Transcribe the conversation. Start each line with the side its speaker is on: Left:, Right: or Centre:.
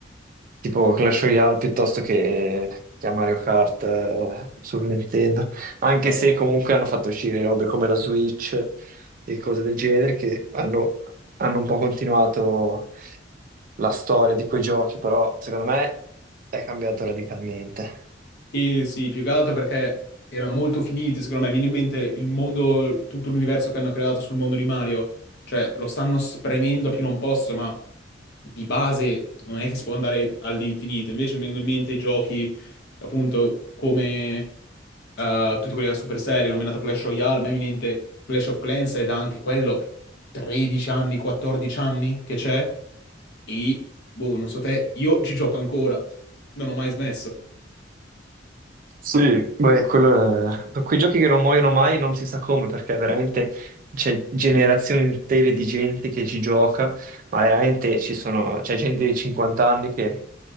Right: tipo Clash Royale piuttosto che, che a Mario Kart eh, sul Nintendo. Anche
Left: no.
Right: se comunque hanno fatto uscire robe come la Switch e cose del genere che hanno, hanno un po' continuato la storia di quei giochi, però secondo me è cambiato radicalmente.
Left: E sì, più che altro perché erano molto finiti, secondo me. Viene in mente il mondo, tutto l'universo che hanno creato sul mondo di Mario. Cioè, lo stanno spremendo a più non posso, ma di base non è che si può andare all'infinito. Invece mi vengono in mente i giochi, appunto, come eh, tutti quelli della Supercell, che ho nominato Clash Royale. A me viene in mente Clash of Clans ed anche quello 13 anni, 14 anni che c'è. E, boh, non so te, io ci gioco ancora. Non ho mai smesso.
Right: Sì, beh, quello è... quei giochi che non muoiono mai non si sa come, perché veramente c'è generazioni intere di gente che ci gioca, ma veramente ci sono, c'è gente di 50 anni che